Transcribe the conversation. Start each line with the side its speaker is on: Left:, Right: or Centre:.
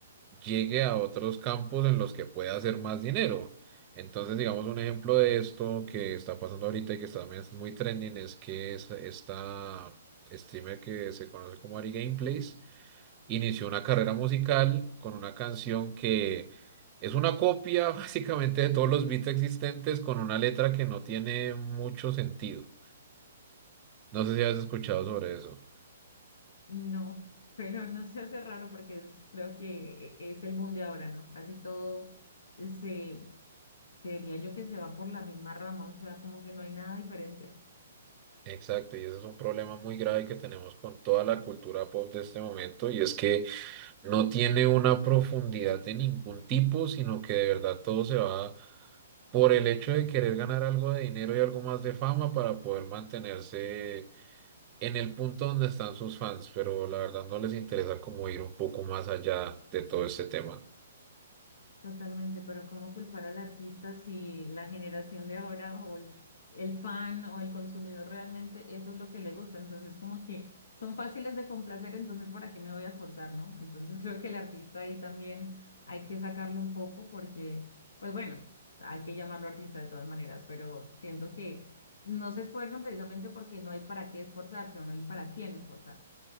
Right: llegue a otros campos en los que pueda hacer más dinero. Entonces, digamos, un ejemplo de esto que está pasando ahorita y que está- también es muy trending es que es esta streamer que se conoce como Ari Gameplays inició una carrera musical con una canción que es una copia <laughs> básicamente de todos los beats existentes con una letra que no tiene mucho sentido. No sé si has escuchado sobre eso.
Left: No, <laughs> pero no se hace raro porque es, creo que e- es el boom de ahora, ¿no? Casi todo se, creería yo que se va por la misma rama, o sea, como que no hay nada diferente.
Right: Exacto, y ese es un problema muy grave que tenemos con toda la cultura pop de este momento, y es que no tiene una profundidad de ningún tipo, sino que de verdad todo se va por el hecho de querer ganar algo de dinero y algo más de fama para poder mantenerse en el punto donde están sus fans, pero la verdad no les interesa como ir un poco más allá de todo este tema.
Left: Totalmente, pero ¿cómo culpar al artista si la generación de ahora o el, el fan o el consumidor realmente eso es lo que le gusta? Entonces, como que son fáciles de complacer, entonces ¿para qué me voy a esforzar, no? Entonces, <laughs> creo que el artista ahí también hay que sacarlo un poco porque, pues bueno, hay que llamarlo artista de todas maneras, pero siento que no se esfuerzan precisamente porque no hay para qué esforzarse o no hay para quién esforzarse.